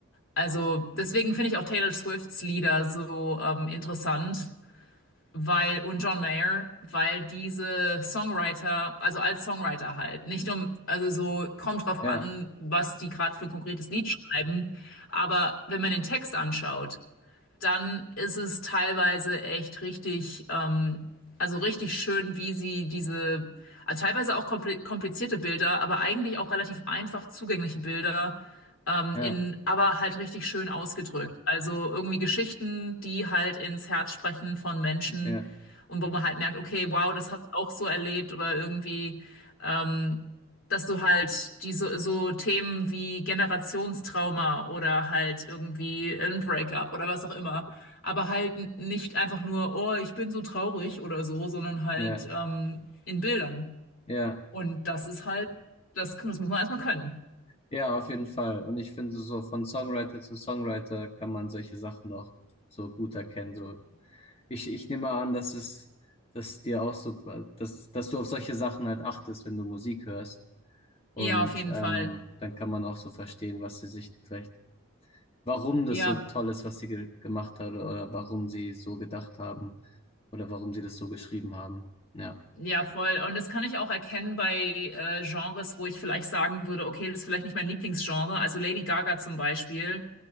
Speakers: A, on the left (about 80°); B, on the left (about 30°).
A: Also deswegen finde ich auch Taylor Swifts Lieder so ähm, interessant weil und John Mayer, weil diese Songwriter, also als Songwriter halt, nicht um, also so kommt drauf
B: Ja,
A: an, was die gerade für ein konkretes Lied schreiben, aber wenn man den Text anschaut, dann ist es teilweise echt richtig, ähm, also richtig schön, wie sie diese, also teilweise auch kompli- komplizierte Bilder, aber eigentlich auch relativ einfach zugängliche Bilder, ähm, in,
B: ja,
A: aber halt richtig schön ausgedrückt. Also irgendwie Geschichten, die halt ins Herz sprechen von Menschen
B: ja,
A: und wo man halt merkt, okay, wow, das habe ich auch so erlebt oder irgendwie. Ähm, dass du halt diese so so Themen wie Generationstrauma oder halt irgendwie ein Breakup oder was auch immer, aber halt n- nicht einfach nur, oh, ich bin so traurig oder so, sondern halt
B: ja,
A: ähm, in Bildern.
B: ja.
A: Und das ist halt, das, kann- das muss man erstmal können.
B: Ja, auf jeden Fall. Und ich finde, so von Songwriter zu Songwriter kann man solche Sachen auch so gut erkennen. So, ich, ich nehme an, dass es, dass dir auch so, dass, dass du auf solche Sachen halt achtest, wenn du Musik hörst. Und
A: Ja, auf jeden
B: ähm,
A: Fall.
B: dann kann man auch so verstehen, was sie sich vielleicht, warum
A: Ja,
B: das so toll ist, was sie ge gemacht hat oder warum sie so gedacht haben oder warum sie das so geschrieben haben. Ja,
A: ja, voll. Und das kann ich auch erkennen bei äh, Genres, wo ich vielleicht sagen würde, okay, das ist vielleicht nicht mein Lieblingsgenre. Also Lady Gaga zum Beispiel.